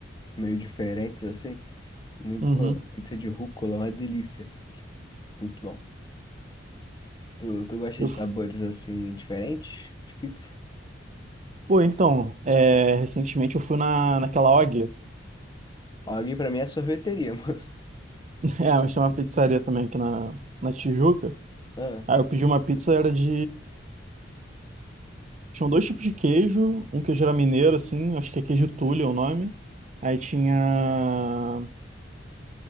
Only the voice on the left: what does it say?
meio diferentes, assim. Muito,
pô, pizza de rúcula, é uma delícia. Muito bom. Tu, tu gosta
de
sabores, assim, diferentes de pizza?
Alguém pra mim é sorveteria, <laughs> mano.
Ah,